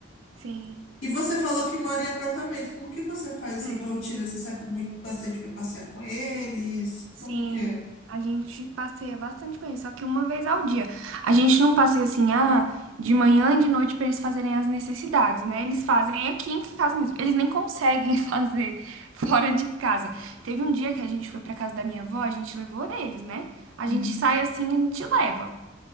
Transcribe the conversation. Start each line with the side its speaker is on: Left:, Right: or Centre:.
Right: sim.
Left: E você falou que mora em apartamento. Como que você faz assim
Right: É.
Left: com a rotina? Você sai muito bastante para passear com eles?
Right: Sim.
Left: Como que é?
Right: A gente passeia bastante com eles, só que uma vez ao dia. A gente não passeia assim, ah, de manhã e de noite para eles fazerem as necessidades, né? Eles fazem aqui em casa mesmo. Eles nem conseguem <laughs> fazer fora de casa. Teve um dia que a gente foi para casa da minha avó, a gente levou eles, né? A
Left: Uhum.
Right: gente sai assim, a gente leva.